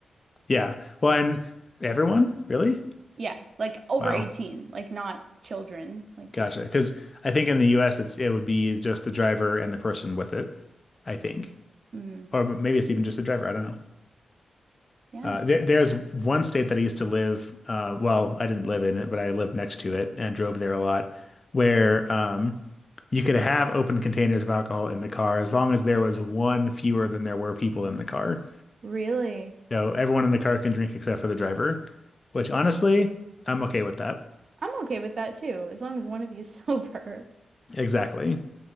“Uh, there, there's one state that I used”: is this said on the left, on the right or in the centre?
Left